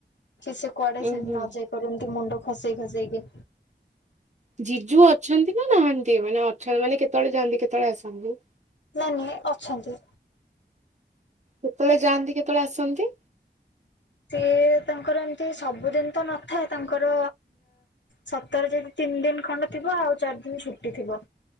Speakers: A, on the left (about 85°); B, on the right (about 40°).
A: କି ସେ କୁଆଡେ
B: ଉୁଁ
A: ସେମିତି
B: ହୁଁ
A: ନ ଯାଇ ପାରୁନ୍ ମୁଣ୍ଡ ଖସେଇ ଖସେଇକି।
B: ଜିଜୁ ଅଛନ୍ତି ନା ନାହାନ୍ତି ମାନେ ଅଛନ୍ତି ମାନେ କେତେବେଳେ ଯାଆନ୍ତି କେତେବେଳେ ଆସନ୍ତୁ?
A: ନାଇ ନାଇଁ ଅଛନ୍ତି।
B: କେତେବେଳେ ଯାଆନ୍ତି କେତେବେଳେ ଆସନ୍ତି?
A: ସେ ତାଙ୍କର ଏମତି ସବୁଦିନ ତ ନଥାଏ ତାଙ୍କର ସପ୍ତାହରେ ଯଦି ତିନି ଦିନ ଖଣ୍ଡ ଥିବ ଆଉ ଚାରି ଦିନ ଛୁଟି ଥିବ।